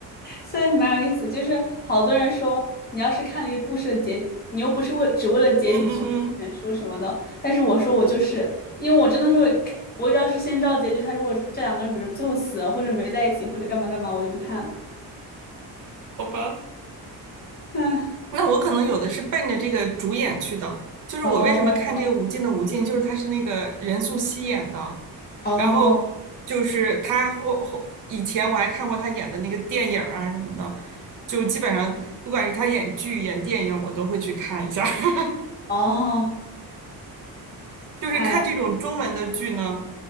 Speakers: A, on the left (about 25°); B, on the right (about 50°).
A: 所以蛮有意思，就是好多人说，你要是看了一个故事的结，你又不是为只为了结局去读原书什么的。
B: 嗯嗯嗯。
A: 但是我说我就是，因为我真的说看，我只要是先知道结局，他如果这两个人比如最后死了，或者没在一起，或者干嘛干嘛，我就不看了。
B: 好吧，
A: 唉，
B: 那我可能有的是奔着这个主演去的，就是我为什么看这个《无尽的无尽》，
A: 哦
B: 就是他是那个任素汐演的，
A: 哦
B: 然后就是他后后以前我还看过他演的那个电影儿啊什么的，就基本上不管是他演剧演电影，我都会去看一下。<laughs>
A: 哦，
B: 就是看这种中文的剧呢，
A: 哎呀